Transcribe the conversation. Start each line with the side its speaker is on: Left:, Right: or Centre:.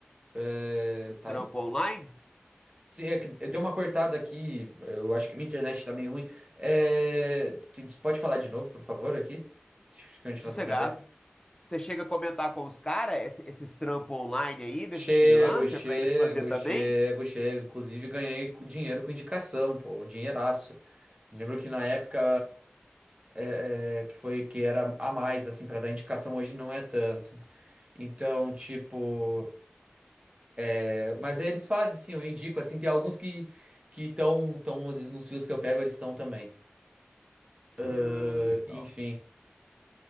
Right: é,
Left: do
Right: tá
Left: trampo
Right: aí?
Left: online?
Right: Sim, é que deu uma cortada aqui. Eu acho que minha internet tá meio ruim. É... que- Pode falar de novo, por favor, aqui? Deixa eu continuar
Left: Sossegado.
Right: trocando ideia.
Left: Você chega a comentar com os caras esse- esses trampos online aí, desses
Right: Chego,
Left: freelancers,
Right: chego,
Left: pra eles fazer também?
Right: chego, chego. Inclusive, ganhei co- dinheiro com indicação, pô, um dinheiraço. Lembro que na época é, é, que foi que era a mais, assim, pra dar indicação, hoje não é tanto. Então, tipo. é, Mas aí eles fazem, sim, eu indico, assim, tem alguns que. Que estão, tão, tão, às vezes, nos fios que eu pego, eles estão também. Ah,
Left: Ah, legal.
Right: enfim.